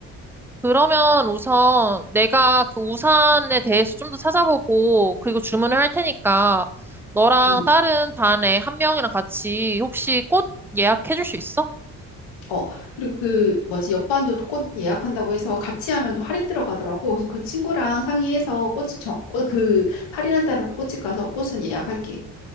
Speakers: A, in the centre; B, on the left.
A: 그러면 우선 내가 그 우산에 대해서 좀 더 찾아보고 그리고 주문을 할 테니까 너랑
B: 응.
A: 다른 반에 한 명이랑 같이 혹시 꽃 예약해 줄 수 있어?
B: 어, 그리고 그, 뭐지, 옆반도 꽃 예약한다고 해서 같이 하면 좀 할인 들어가더라고. 그래서 그 친구랑 상의해서 꽃집 정, 꽃, 그, 할인한다는 꽃집 가서 꽃은 예약할게.